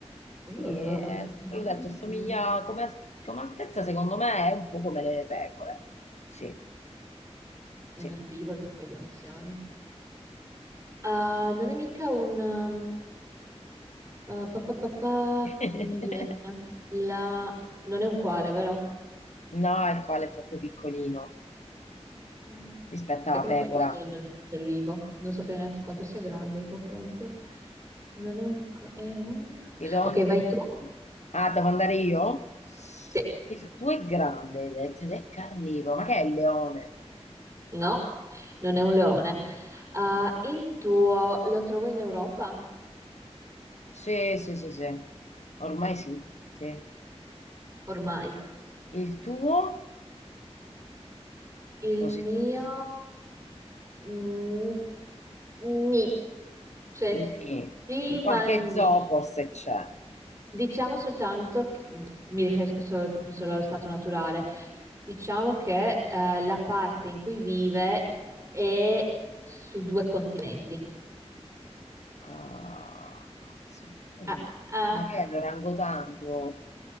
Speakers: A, on the right; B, on the left.
A: Oh,
B: Sì, eh,
A: erbivori
B: te l'ho detto, somiglia
A: grandi.
B: come, al- come altezza, secondo me è un po' come le pecore. Sì, sì.
A: Un erbivoro di quelle dimensioni? Ah, non è mica un... um, ah, pa, pa, pa, pa,
B: <laughs>
A: non mi viene. La... Non è un koala, vero?
B: No, il koala è troppo piccolino
A: Ok.
B: rispetto
A: Sai
B: alla
A: che
B: pecora.
A: non ho mai visto dal, dal vivo. Non saprei neanche quanto sia grande in confronto. Non è un... co- È un...
B: Ti do
A: Ok,
B: un indizio.
A: vai tu.
B: Ah, devo andare io?
A: Sì.
B: Il tuo è grande, hai detto, ed è carnivoro. Ma che è il leone?
A: No, non è un leone. Ah, il tuo lo trovo in Europa?
B: Sì, sì, sì, sì. Ormai sì, sì.
A: Ormai.
B: Il tuo
A: Il
B: lo si
A: mio...
B: trova?
A: Mm, Ni, cioè
B: Nì.
A: sì,
B: In
A: ma
B: qualche
A: ni.
B: zoo forse c'è.
A: Diciamo soltanto, che- mi riferisco solo, solo allo stato naturale, diciamo che eh, la parte in cui vive è su due continenti.
B: Ah, struttura
A: Ah,
B: continua.
A: ah,
B: Ma che è l'orangotango?